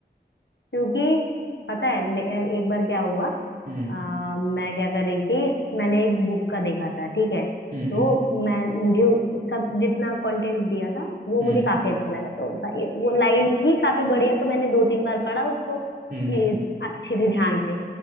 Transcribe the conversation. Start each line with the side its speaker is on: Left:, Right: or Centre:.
Left: क्योंकि पता है मैं, एक बार क्या हुआ अ,
Right: हम्म
Left: मैं क्या कर रही थी मैंने एक बुक का देखा था ठीक है
Right: हम्म
Left: तो मैं मुझे उसका जितना कंटेंट दिया था वो
Right: हम्म
Left: मुझे काफी अच्छा लगा तो भाई वो लाइन थी काफी बढ़िया तो मैंने दो तीन बार पढ़ा उसको कि
Right: हम्म हम्म
Left: अच्छे से ध्यान से